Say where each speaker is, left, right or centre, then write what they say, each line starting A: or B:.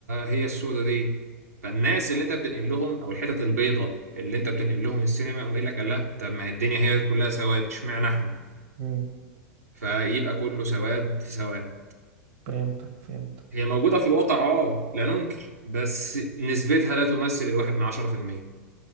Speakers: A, on the right; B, on the right.
A: هي السودة دي فالناس اللي انت بتنقل لهم او الحتت البيضة اللي انت بتنقل لهم السينما يقوم قايل لك الله طب ما هي الدنيا هي كلها سواد اشمعنى احنا
B: مم.
A: فيبقى كله سواد في سواد
B: فهمتك فهمتك
A: هي موجودة في الواقع اه لا ننكر بس نسبتها لا تمثل الواحد من عشرة في المية